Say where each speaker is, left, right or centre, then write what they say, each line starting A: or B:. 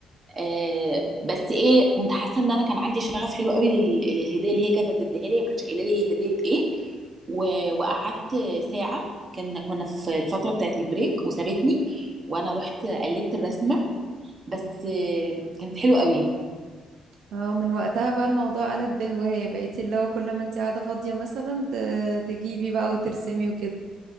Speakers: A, on the right; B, on the right.
A: آه بس ايه كنت حاسه ان انا كان عندي شغف حلو قوي لل- للهديه اللي هي كانت هتديها لي ما كانتش قايله لي هي هديه ايه و- وقعدت ساعه كان كنا في الفتره بتاعت البريك وسابتني وانا رحت قلدت الرسمه بس آه، كانت حلوه قوي
B: اه من وقتها بقى الموضوع قلب بهواية بقيتي اللي هو كل ما انتي قاعدة فاضية مثلا ت- تجيبي بقى وترسمي وكده